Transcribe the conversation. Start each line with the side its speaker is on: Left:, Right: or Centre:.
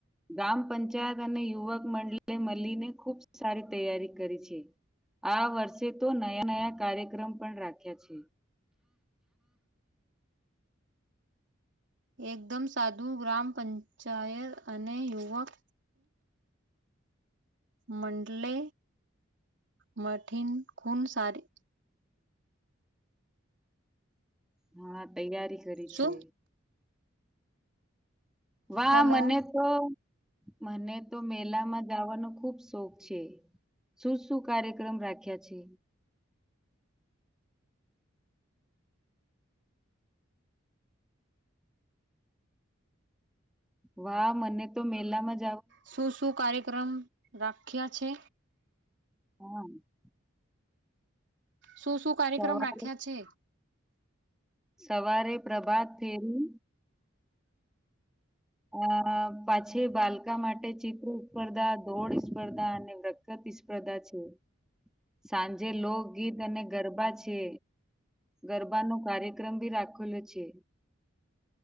Centre: ગ્રામ પંચાયત અને યુવક મંડલી એ મલીને ખૂબ સારી તૈયારી કરી છે. આ વર્ષે તો નયા નયા કાર્યક્રમ પણ રાખ્યા છે.
Right: એકદમ સાદું ગ્રામ પંચાયત અને યુવક માંડલે મઠીન ખૂન સારી
Centre: હા તૈયારી કરી
Right: શું
Centre: છે. વાહ!
Right: હલો
Centre: મને તો મને તો મેલામાં જાવાનો ખુબ શોખ છે. શું શું કાર્યક્રમ રાખ્યા છે? વાહ! મને તો મેલામાં જ
Right: શું શું કાર્યક્રમ રાખ્યા છે?
Centre: હહ
Right: શું શું કાર્યક્રમ
Centre: સવારે
Right: રાખ્યા છે?
Centre: સવારે પ્રભાત ફેરી. અ પાછી બાલકા માટે ચિત્ર સ્પર્ધા, દોડ સ્પર્ધા અને વ પ્રતિસ્પર્ધા છે. સાંજે લોકગીત અને ગરબા છે. ગરબાનોો કાર્યક્રમ ભી રાખેલો છે.